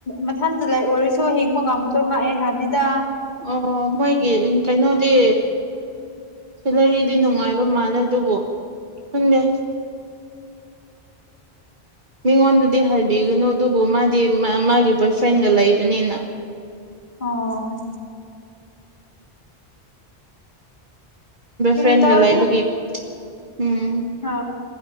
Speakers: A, on the left (about 45°); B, on the right (about 50°).
A: ꯃꯊꯟꯗ ꯂꯩ ꯑꯣꯏꯔꯁꯨ ꯍꯤꯡꯕ ꯉꯝꯃꯗꯣ ꯉꯥꯛꯑꯦ ꯍꯥꯏꯕꯅꯤꯗ
B: ꯑꯣ ꯃꯣꯏꯒꯤ ꯀꯩꯅꯣꯗꯤ ꯁꯦꯂꯔꯤꯗꯤ ꯅꯨꯡꯉꯥꯏꯕ ꯃꯥꯜꯂꯦ ꯑꯗꯨꯕꯨ ꯈꯪꯗꯦ ꯃꯤꯉꯣꯟꯗꯗꯤ ꯍꯥꯏꯕꯤꯒꯅꯨ ꯑꯗꯨꯕꯨ ꯃꯥꯗꯤ ꯃꯥꯒꯤ ꯕꯣꯏ ꯐ꯭ꯔꯦꯟꯒ ꯂꯩꯕꯅꯤꯅ
A: ꯑꯣ ꯀꯔꯤ
B: ꯐ꯭ꯔꯦꯟꯒ
A: ꯇꯧꯔꯅꯤ
B: ꯂꯥꯏꯕꯒꯤ ꯎꯝ
A: ꯑ